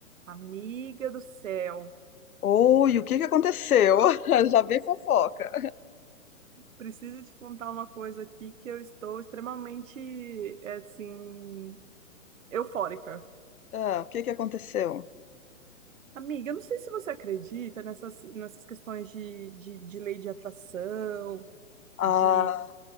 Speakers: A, on the right; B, on the left.
A: Amiga do céu,
B: Oi, o que que aconteceu? <laughs> Já vem fofoca.
A: preciso te contar uma coisa aqui que eu estou extremamente, é, assim, eufórica.
B: É, o que que aconteceu?
A: Amiga, eu não sei se você acredita nessas, nessas questões de, de, de lei de atração,
B: Ah,
A: de,